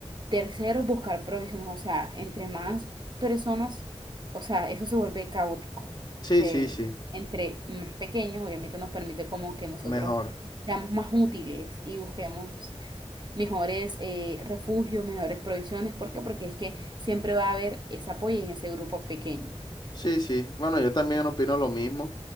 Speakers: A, on the right (about 40°); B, on the left (about 40°).
A: Tercero, buscar provisiones. O sea, entre más personas, o sea, eso se vuelve caótico.
B: Sí,
A: Se,
B: sí, sí,
A: entre más pequeños, obviamente nos permite como que nosotros
B: mejor.
A: seamos más útiles y busquemos mejores eh, refugios, mejores provisiones. ¿Por qué? Porque es que siempre va a haber ese apoyo en ese grupo pequeño.
B: Sí, sí. Bueno, yo también opino lo mismo.